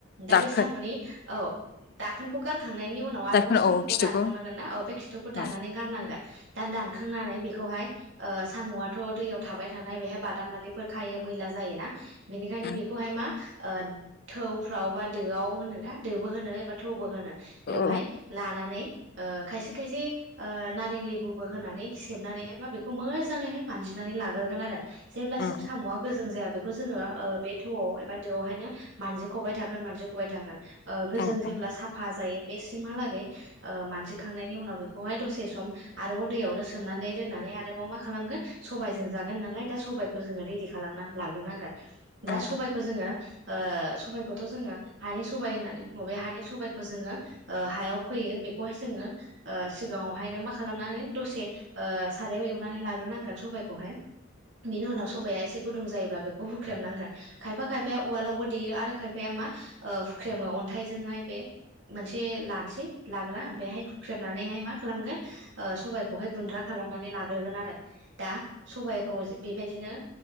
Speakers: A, on the right; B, on the left.
A: दा
B: दाखोन
A: बे साम'नि औ दाखोनखौ गार खांनायनि उनाव आरोबाव
B: दाखोन
A: साम'खौ
B: औ खिथुखौ
A: दानबावनांगोन ना औ बे खिथुखौ दाननानै
B: औ
A: गारनांगोन दा दानखांनानै बेखौहाय ओ साम'आथ' दैयाव थाबाय थानाय बेहाय बादामालिफोर खायो मैला जायोना बेनिखायनो
B: औ
A: बेखौहाय मा ओ थौफ्राव बा दोआव होनोना दोबो होनो एबा थौबो होनो बेवहाय
B: औ औ
A: लानानै ओ खायसे खायसे ओ नारें लेबुबो होनानै सेबनानैहाय बा बेखौ मोजाङैहाय मानजिनानै लाग्रोगोन आरो जेब्लासिम
B: औ
A: साम'आ गोजों जाया बेखौ जोङो ओ बे थौआव एबा दोआवहायनो मानजि खबाय थागोन मानजि खबाय थागोन। ओ गोजों
B: औ
A: जेब्ला
B: औ
A: साफा जायो बेसिमहालागै मानजिखांनायनि उनाव बेखौहाय दसे सम आरोबाव दैयावनो सोमनानै दोननानै आरोबाव मा खालामगोन सबबायजों जागोन नालाय दा सबायखौ जोङो रेडि खालामनानै लाग्रोनांगोन। दा
B: औ
A: सबायखौ जोङो ओ सबायखौथ' जोङो हानि सबायाइ होननानै बुङो बे हानि सबायाइखौ जोङो ओ हायाव फोयो। बेखौहाय जोङो सिगाङावहायनो मा खालामनानै दसे सारायाव एवनानै लाग्रोनांगोन साबायखौहाय। बिनि उनाव सबाया एसे गुदुं जायोब्ला बेखौ हुख्रेमनांगोन। खायफा खायफाया उवालावबो देयो आरो खायफाया मा हुख्रेमो। अन्थाइजोंहाय बे मोनसे लानोसै लाग्रा ओमफ्रायहाय हुख्रेमनानैहाय मा खालामगोन सबाइखौहाय गुन्द्रा खालाम नानै लाग्रोगोन आरो। दा सबायखौ बेबादिनो